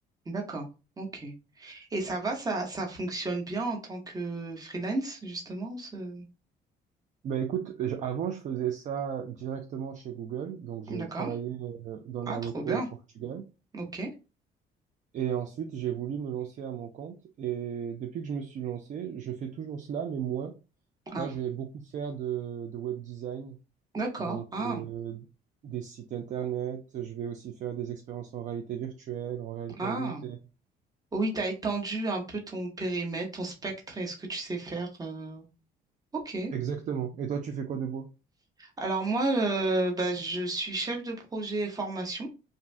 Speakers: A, on the right; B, on the right.
A: D'accord. Ok. Et ça va, ça, ça fonctionne bien en tant que freelance, justement, ce...
B: Ben écoute, je- avant je faisais ça directement chez Google, donc j'ai
A: D'accord.
B: travaillé euh, dans leurs
A: Ah, trop
B: locaux
A: bien.
B: au Portugal
A: Ok.
B: et ensuite j'ai voulu me lancer à mon compte et depuis que je me suis lancé, je fais toujours cela mais moins.
A: Ah,
B: Là, je vais beaucoup faire de, de web design,
A: d'accord.
B: donc
A: Ah,
B: euh, des sites internet, je vais aussi faire des expériences en réalité virtuelle, en réalité
A: ah.
B: augmentée.
A: Oui, tu as étendu un peu ton périmètre, ton spectre et ce que tu sais faire. euh, Ok.
B: Exactement. Et toi, tu fais quoi de beau?
A: Alors moi, euh, bah, je suis chef de projet formation.